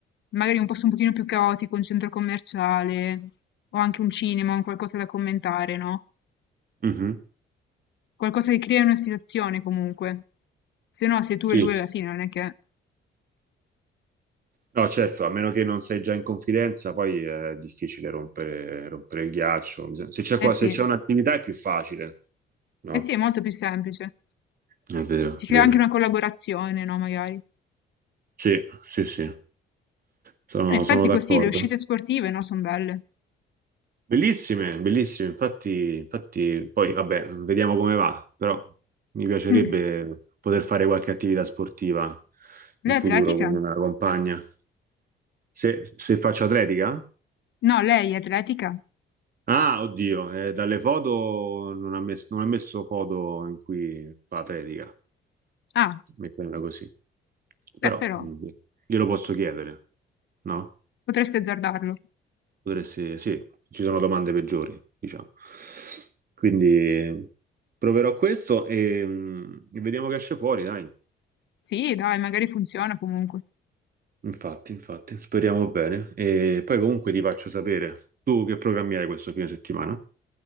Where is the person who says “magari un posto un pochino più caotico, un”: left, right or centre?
Left